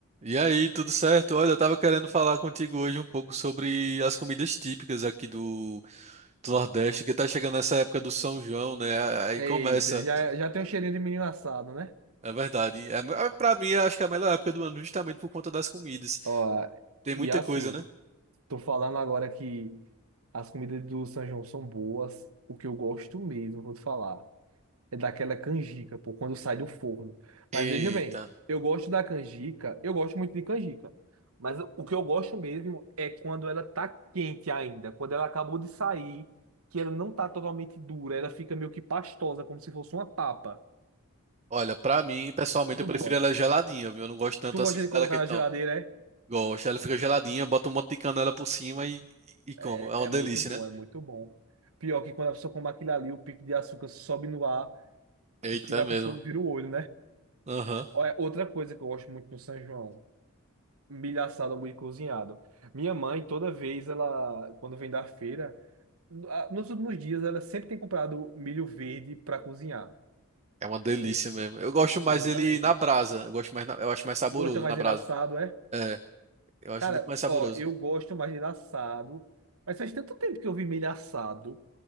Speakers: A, on the right; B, on the right.
A: E aí, tudo certo? Olha, eu tava querendo falar contigo hoje um pouco sobre as comidas típicas aqui do, do Nordeste, que tá chegando essa época do São João, né? Aí
B: Eita,
A: começa,
B: já, já tem um cheirinho de menino assado, né?
A: é verdade. É, é, pra mim, eu acho que é a melhor época do ano, justamente por conta das comidas.
B: Ó,
A: Tem
B: e
A: muita
B: assim,
A: coisa, né?
B: tô falando agora que as comidas do São João são boas. O que eu gosto mesmo, vou te falar, é daquela canjica, pô, quando sai do forno.
A: Eita.
B: Mas veja bem, eu gosto da canjica, eu gosto muito de canjica. Mas o que eu gosto mesmo é quando ela tá quente ainda, quando ela acabou de sair, que ela não tá totalmente dura, ela fica meio que pastosa, como se fosse uma papa.
A: Olha, pra mim, pessoalmente,
B: Muito
A: eu prefiro
B: boa.
A: ela geladinha, viu? Eu não gosto tanto
B: Tu
A: assim
B: gosta de colocar
A: dela que então.
B: na geladeira, é?
A: Gosto, ela fica geladinha, bota um monte de canela por cima e, e como.
B: É,
A: É uma
B: é é
A: delícia,
B: muito bom,
A: né?
B: é muito bom. Pior que quando a pessoa come aquilo ali, o pico de açúcar sobe no ar,
A: Eita,
B: que chega
A: é
B: a
A: mesmo.
B: pessoa vira o olho, né?
A: Aham.
B: Olha, outra coisa que eu gosto muito no São João, milho assado ou milho cozinhado. Minha mãe, toda vez, ela, quando vem da feira, ah, nos últimos dias, ela sempre tem comprado milho verde para cozinhar.
A: É uma delícia
B: Sempre.
A: mesmo. Eu gosto mais
B: Exatamente.
A: dele na brasa. Eu gosto mais, na- eu acho mais saboroso
B: Gosta mais
A: na brasa.
B: dele assado, é?
A: É, eu acho
B: Cara,
A: muito mais saboroso.
B: ó, eu gosto mais dele assado, mas faz tanto tempo que eu vi milho assado.